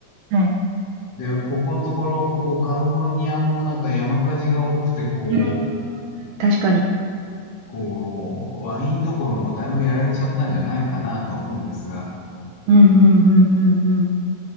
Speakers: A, on the right; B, on the left.
A: はい。
B: で、ここのところ、こう、カリフォルニアもなんか山火事が多くて、こう、
A: うん。確かに。
B: こう、ワインどころもだいぶやられちゃったんじゃないかなと思うんですが、
A: うんうんうんうんうん。